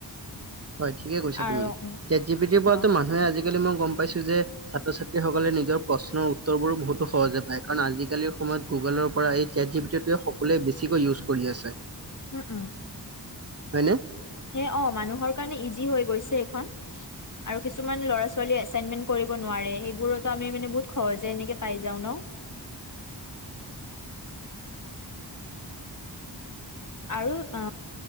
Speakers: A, on the right; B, on the left.
A: হয় ঠিকে কৈছ
B: আৰু
A: তুমি চেট জি পিটিৰ পৰাতো
B: অ
A: মানুহে আজি আজিকালি মই গ'ম পাইছো যে ছাত্ৰ-ছাত্ৰী সকলে নিজৰ প্ৰশ্নৰ উত্তৰ বোৰো বহুতো সহজে পায় কাৰণ আজিকালিৰ সময়ত গুগলৰ পৰা এই চেট জি পি টিটোৱে সকলোৱে বেছিকৈ ইউজ কৰি আছে।
B: উম-উম।
A: হয়নে?
B: হে অ, মানুহৰ কাৰণে ইজি হৈ গৈছে এইখন। আৰু কিছুমান ল'ৰা-ছোৱালীয়ে এছাইনমেন্ট কৰিব নোৱাৰে সেইবোৰতো আমি মানে বহুত সহজে এনেকে পাই যাওঁ ন'? আৰু অ,